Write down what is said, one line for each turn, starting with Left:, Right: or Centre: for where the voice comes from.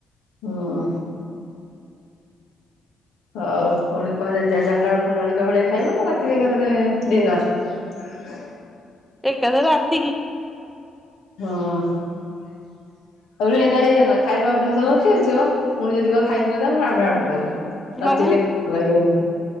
Left: ହଁ। ହଉ ପୁଣି କଣ ଚା ଚରିଟା ବେଳୁ ଜଳିକଆ ଫଳଖିଆ ଖାଇବ ନା ରାତି ଏକାଥରେ ଡିିନର।
Centre: ଏକ ଥରେ ରାତି କି।
Left: ହଁ ତାପରେ ଏନା ହେଇଯନା ଖାଇବା ଅଭ୍ୟାସ ରଖି ଥିବ ପୁଣି ଯଦି କଣ ଖାଇକ <unintelligible> ଆ
Centre: ହବ
Left: ତୁ କେ ଭଲଲଗିବନି।